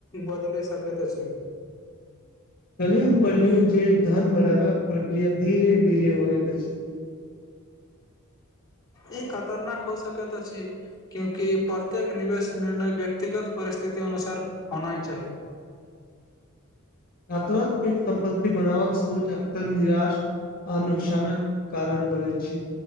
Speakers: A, on the left (about 15°); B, on the left (about 40°).
A: बदलै सकैत अछि। <unintelligible>
B: पहलुक पाइ लियो जे धन बढ़ैबाक प्रक्रिया धीरे- धीरे होएत अछि।
A: ई खतरनाक हौ सकैत अछि क्यूँकि प्रत्येक निवेश निर्णय व्यक्तिगत परिस्थिति अनुसार होनाय चाही। <unintelligible>
B: आ तुरंत पैघ संपत्ति बनाबक सोच अक्सर निराश आ नुकसानक कारण बनेै छै